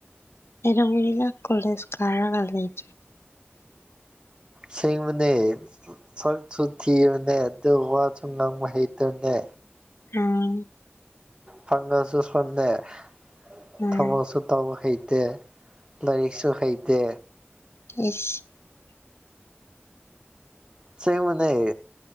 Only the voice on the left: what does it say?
ꯑꯦꯔ ꯃꯅꯤꯅ ꯀꯣꯂꯦꯖ ꯀꯥꯔꯒ ꯂꯩ <unintelligible>
ꯑꯝ <unintelligible>
ꯎꯝ
ꯏꯁꯁ <unintelligible>